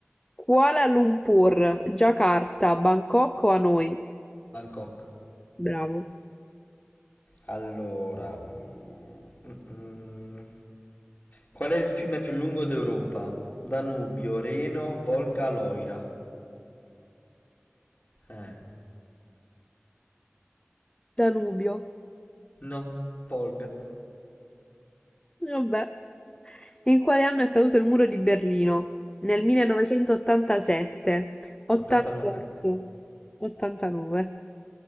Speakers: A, on the left; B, on the left.
A: Kuala Lumpur, Giacarta, Bangkok o Hanoi?
B: Bangkok.
A: Bravo.
B: Allora, mm, mm, qual è il fiume più lungo d'Europa? Danubio, Reno, Volga, Loira. Eh,
A: Danubio.
B: no, Volga.
A: Vabbè. In quale anno è caduto il muro di Berlino? Nel 1987, 88,
B: 89.
A: 89.